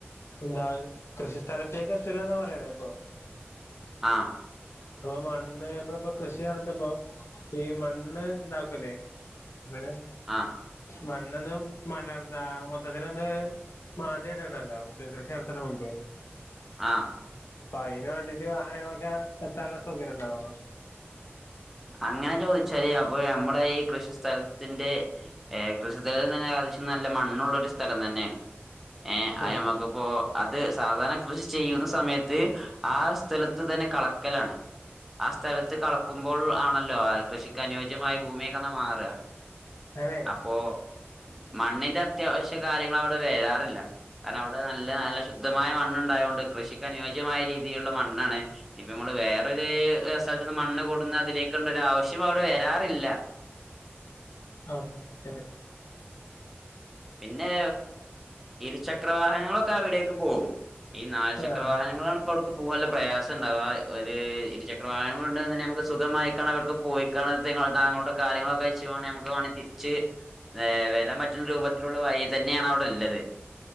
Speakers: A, on the left; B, in the centre.
A: എന്താ കൃഷിസ്ഥലത്തേക്ക് എത്തലന്ന് പറയണ ഇപ്പൊ
B: ആഹ
A: അപ്പൊ മണ്ണ് നമ്മള ഇപ്പോ കൃഷി നടത്തുമ്പോ ഈ മണ്ണ് ഇതാക്കുംല്ലേ <inaudible>
B: ആഹ
A: മണ്ണൊന്നന്ന് മലർന്താ മൊത്തത്തിലൊന്ന് മാന്തിയിട്ടണല്ലോ നമുക്ക് കൃഷി നടത്തണ മുമ്പ്
B: ആ
A: അപ്പൊയിൻ വേണ്ടിട്ട് വാഹനങ്ങളൊക്കെ എത്താനുള്ള സൗകര്യം ഉണ്ടാവോ?
B: അങ്ങനെ ചോദിച്ചാല് അപ്പൊ നമ്മളെ ഈ കൃഷിസ്ഥലത്തിന്റെ, കൃഷിസ്ഥല- ശ്യം നല്ല മണ്ണുള്ള ഒരു സ്ഥലം തന്നെ ആണ്. ഏ അനമ്മക്കിപ്പോ,
A: ആഹ്
B: അത് സാധാരണ കൃഷി ചെയ്യുന്ന സമയത്ത് ത്ത് ആ സ്ഥലത്ത് തന്നെ കളക്കലാണ്. ആ സ്ഥലത്ത് കളക്ക മ്പോൾ ആണല്ലോ ആ കൃഷിക്ക് അനുയോജ്യമായ ഭൂമി ആയിക്കണ്ട മാറ.
A: അതെ
B: അപ്പോ മണ്ണിന്റെ അത്യാവശ്യ കാര്യങ്ങൾ അവിടെ വേരാറ ല്ല. കാരണം അവിടെ നല്ല, നല്ല ശുദ്ധമായ മണ്ണ ഉണ്ടായൊണ്ട് കൃഷിക്ക നുയോജ്യ മായ രീതിയിലുള്ള മണ്ണാണ്. ഇനിപ്പോ നമ്മൾ വേറൊരു സ്ഥലത്തുന്നു മണ്ണ് കൊണ്ട അതിലേക്കണ്ടൊരാവശ്യം അവിടെ വരാറില്ല.
A: അതെ ശരി.
B: പിന്നെ ഇരുചക്രവാാഹനങ്ങളൊക്കെ അവിടേക്ക് പോവും. ഈ നാല് ചക്ര
A: ആഹ്
B: വാഹനങ്ങളാണ് ഇപ്പ അവിടുക്ക് പോകുനുള്ള പ്രയാസം ഉണ്ടാവാ. ഒരു ഇരുചക്ര പ്രായം <unintelligible> നമുക്ക് സുഖമായിക്കാണ്ട് അവിടുത്തെ <unintelligible> പോയിക്ക താങ്കുടെ കാര്യങ്ങളൊക്കെ <inaudible> നമക്ക് വേണങ്കിൽ <unintelligible> കുച്ച് ഏ വരാൻ പറ്റുന്ന രൂപത്തിലുള്ള വഴി തന്നെയാണ് അവിടെ ഉള്ളത്.